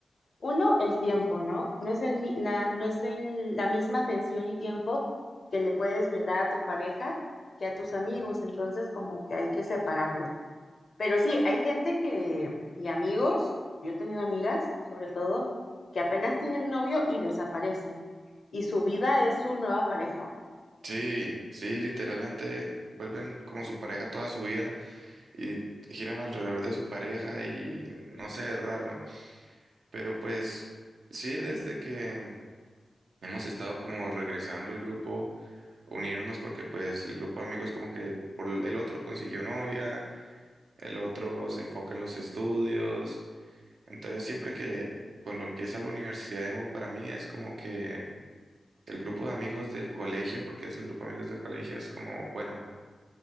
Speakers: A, on the left (about 60°); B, on the right (about 80°).
A: uno, el tiempo, ¿no? No es el, mi- la, no es el- la misma atención y tiempo que le puedes brindar a tu pareja que a tus amigos. Entonces, como que hay que separarlo. Pero sí, hay gente que, y amigos, yo he tenido amigas, sobre todo, que apenas tienen novio y desaparecen. Y su vida es su nueva pareja.
B: Sí, sí, literalmente vuelven como su pareja toda su vida y giran alrededor de su pareja y no sé, es raro, pero pues sí, desde que... Hemos estado como regresando el grupo, unirnos porque pues el grupo de amigos como que por el el otro consiguió novia, el otro se enfoca en los estudios. Entonces siempre que cuando empieza la universidad de nuevo para mí es como que el grupo de amigos del colegio, porque es el grupo de amigos del colegio, es como, bueno,